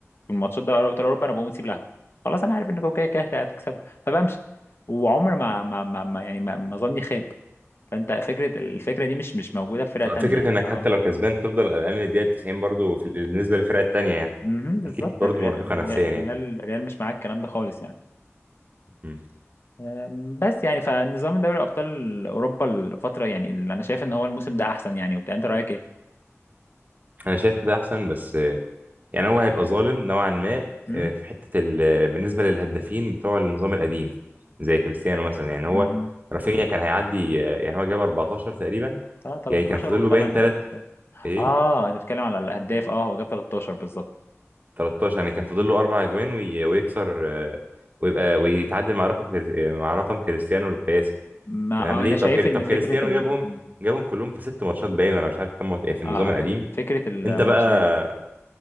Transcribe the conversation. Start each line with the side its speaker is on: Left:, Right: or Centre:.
Left: في الماتشات ده ابطال اوروبا انا بقوم اسيب لها خلاص انا عارف انكم كده كده هتكسبوا فبمشي وعمر ما ما ما ما- يعني ما ما ظني خاب فانت فكره الفكره دي مش مش موجوده في فرقه
Right: آه،
Left: تانية
Right: فكره
Left: يعني
Right: انك
Left: اه
Right: حتى لو كسبان تفضل قلقان للدقيقه 90 برضو في... بالنسبه للفرقه التانيه يعني
Left: مهم، بالظبط
Right: اكيد برضو
Left: الريال
Right: مرهقه
Left: الريال
Right: نفسيا
Left: الريال
Right: يعني
Left: الريال مش معاك الكلام ده خالص يعني
Right: امم
Left: أم، بس يعني فنظام دوري ابطال اوروبا الفتره يعني اللي انا شايف ان هو الموسم ده احسن يعني وبتاع انت رايك ايه؟
Right: انا شايف كده احسن بس يعني هو هيبقى ظالم نوعا ما
Left: امم
Right: آه، في حتة ال... آه، بالنسبة للهدافين بتوع النظام القديم زي كريستيانو مثلا يعني هو
Left: امم
Right: رافينيا كان هيعدي آه، يعني هو جاب 14 تقريبا
Left: طلع 13
Right: يعني كان فاضل له
Left: و8
Right: باين تلات
Left: اساسات
Right: ايه
Left: اه انا بتكلم على الاهداف اه هو جاب 13 بالظبط
Right: 13 يعني كان فاضل
Left: مم.
Right: له اربع اجوان وي... ويكسر آه، ويبقى ويتعادل مع رقم كريس... آه، مع رقم كريستيانو القياسي
Left: ما
Right: تمام
Left: آه
Right: ليه
Left: انا شايف
Right: طب كري...
Left: ان
Right: طب كريستيانو
Left: فكره ال...
Right: جابهم
Left: مم.
Right: جابهم كلهم في ست ماتشات باين ولا مش عارف كام ماتش إيه في النظام
Left: آه
Right: القديم
Left: فكره الماتشين
Right: انت بقى